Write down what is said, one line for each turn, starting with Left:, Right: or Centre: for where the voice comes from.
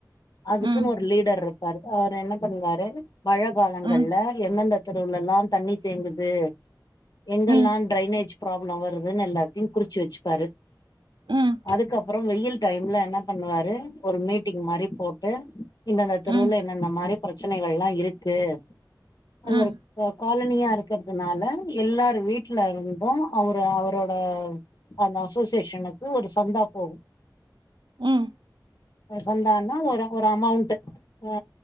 Left: அதுக்குன்னு
Right: ம்,
Left: ஒரு லீடர் இருப்பாரு அவரு என்ன பண்ணுவாரு மழ காலங்கள்ல
Right: ம்,
Left: எந்தெந்த தெருவுலல்லா தண்ணி தேங்குது எங்கெல்லா
Right: ம்,
Left: டிரைனேஜ் ப்ராப்ளோ வருதுன்னு எல்லாத்தையு குறிச்சு வச்சுப்பாரு
Right: ம்,
Left: அதுக்கப்றோ வெயில் டைம்ல என்ன பண்ணுவாரு ஒரு மீட்டிங் மாரி போட்டு இந்த இந்த தெருவுல
Right: ம், ம்,
Left: இன்னன்ன மாரி பிரச்சனைகள்லா இருக்கு அது
Right: ம்,
Left: ஒரு ஆ காலனியா இருக்கிறதுனால எல்லாரு வீட்ல இருந்து அவரு அவரோட அந்த அசோசியேஷனுக்கு ஒரு சந்தா போகு
Right: ம்,
Left: ஆ சந்தான்னா ஒரு ஒரு அமௌண்ட்டு ஆ